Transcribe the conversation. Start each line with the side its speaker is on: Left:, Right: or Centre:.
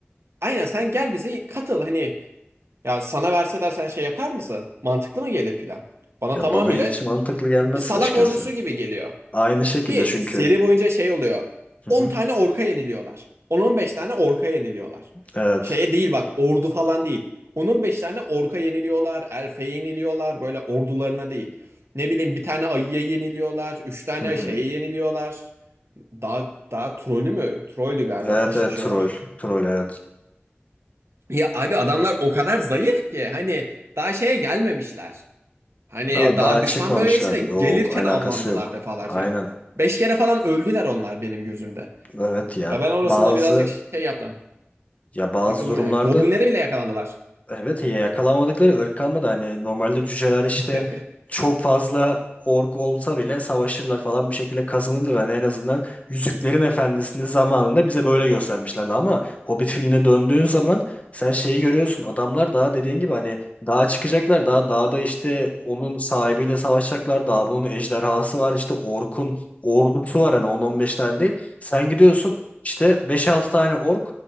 Right: Aynen sen gel bize katıl hani ya sana verseler sen şey yapar mısın? Mantıklı mı gelir plan? Bana
Left: Ya
Right: tamamıyla
Left: bana hiç mantıklı gelmez
Right: bir salak
Left: açıkçası.
Right: ordusu gibi geliyor.
Left: Aynı şekilde
Right: Ki
Left: çünkü.
Right: seri boyunca şey oluyor.
Left: Hı
Right: 10
Left: hı,
Right: tane orka yeniliyorlar. 10-15 tane orka yeniliyorlar.
Left: evet.
Right: Şeye değil bak ordu falan değil. 10-15 tane orka yeniliyorlar. Elfe yeniliyorlar. Böyle ordularına değil. Ne bileyim bir tane ayıya yeniliyorlar. üç tane
Left: Hı hı.
Right: şeye yeniliyorlar. Daha, daha trollü mü? Trollü galiba
Left: Evet
Right: taşlaşıyorlar.
Left: evet troll. Troll evet.
Right: Ya abi adamlar o kadar zayıf ki hani daha şeye gelmemişler. Hani
Left: Daha
Right: daha
Left: daha
Right: düşman
Left: çıkmamışlar.
Right: bölgesine gelirken
Left: Yok alakası
Right: avlandılar
Left: yok.
Right: defalarca.
Left: Aynen.
Right: Beş kere falan öldüler onlar benim gözümde.
Left: Evet ya.
Right: Ya ben orasında
Left: Bazı
Right: birazcık şey yaptım.
Left: ya bazı
Right: Takıldım
Left: durumlarda
Right: yani. Goblinlere bile yakalandılar.
Left: Evet ya yakalamadıkları ırk kalmadı. Hani normalde cüceler
Right: <laughs>
Left: işte çok fazla ork olsa bile savaşırlar falan bir şekilde kazanırlar. Hani en azından Yüzüklerin Efendisi'ni zamanında bize böyle göstermişlerdi. Ama Hobbit filmine döndüğün zaman sen şeyi görüyorsun. Adamlar daha dediğin gibi hani dağa çıkacaklar. Daha dağda işte onun sahibiyle savaşacaklar. Daha bunun ejderhası var. işte orkun ordusu var. Hani 10-15 tane değil. Sen gidiyorsun işte beş altı tane ork.